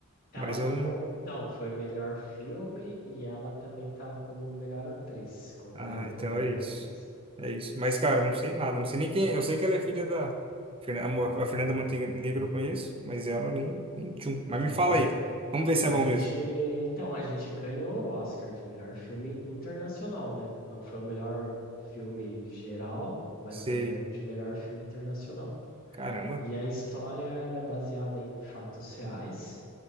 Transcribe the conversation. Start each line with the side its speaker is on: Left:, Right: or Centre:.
Left: Ela
Right: Mas
Left: foi,
Right: eu não.
Left: então, foi melhor filme e ela também estava como melhor atriz, concorrendo
Right: Ah, então
Left: como melhor
Right: é isso.
Left: atriz.
Right: É isso. Mas, cara, eu não sei nada. Não sei nem quem. Eu sei que ela é filha da. Fernan- A Fernanda Montenegro eu conheço, mas ela nem, nem tchum. Mas
Left: Aham.
Right: me fala aí. Vamos ver se
Left: A
Right: é bom
Left: gente,
Right: mesmo.
Left: então, a gente ganhou o Oscar de melhor filme internacional, né? Não foi o melhor filme geral, mas
Right: Sei.
Left: ganhou o de melhor filme internacional.
Right: Caramba.
Left: E a história, ela é baseada em fatos reais